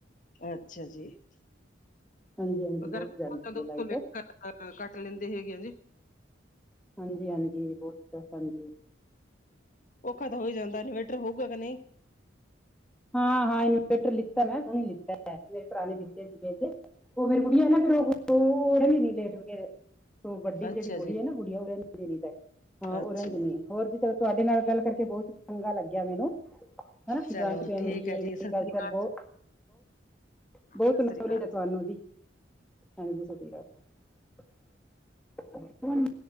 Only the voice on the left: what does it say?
ਅੱਛਾ ਜੀਗਰ
ਦੋਸੋ
ਲੈ <unintelligible> ਅਜ ਕੱਲ ਕੱਟ ਲੈਂਦੇ ਹੈਗੇ ਆ ਜੀ।
ਔਖਾ ਤਾਂ ਹੋਈ ਜਾਂਦਾ, ਇਨਵਰਟਰ ਹੋਊਗਾ ਕਿ ਨਹੀਂ
ਅੱਛਾ
ਜੀ
ਅੱਛਾ
ਜੀ
ਚਲੋ
ਠੀਕ ਹੈ
ਜੀ ਸਤਿ
ਸ੍ਰੀ ਅਕਾਲ
ਸਤਿ
ਸ੍ਰੀ ਅਕਾਲ
ਜੀ।